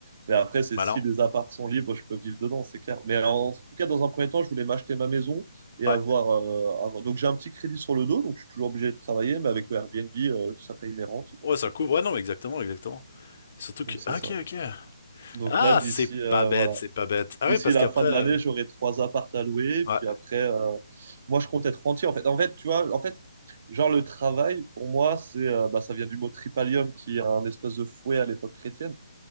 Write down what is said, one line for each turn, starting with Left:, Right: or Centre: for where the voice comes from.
Right: Mais après, c'est
Left: Malin.
Right: si les apparts sont libres, je peux vivre dedans, c'est clair. Mais en, tout cas, dans un premier temps, je voulais m'acheter ma maison et
Left: Ouais.
Right: avoir, euh, avoir... Donc, j'ai un petit crédit sur le dos, donc je suis toujours obligé de travailler, mais avec le Airbnb, euh, ça paye mes rentes,
Left: Ouais,
Right: donc
Left: ça
Right: euh,
Left: couvre. Ouais, non, exactement, exactement. Surtout
Right: donc
Left: que,
Right: c'est
Left: ok,
Right: ça.
Left: ok.
Right: Donc
Left: Ah,
Right: là, d'ici
Left: c'est
Right: euh,
Left: pas bête,
Right: voilà,
Left: c'est pas bête. Ah
Right: d'ici
Left: oui, parce
Right: la
Left: qu'après,
Right: fin de
Left: euh,
Right: l'année, j'aurai trois apparts à louer.
Left: ouais,
Right: Puis après, euh, moi, je compte être rentier. En fait, en fait, tu vois, en fait, genre le travail pour moi, c'est, euh, bah, ça vient du mot tripalium, qui est un espèce de fouet à l'époque chrétienne.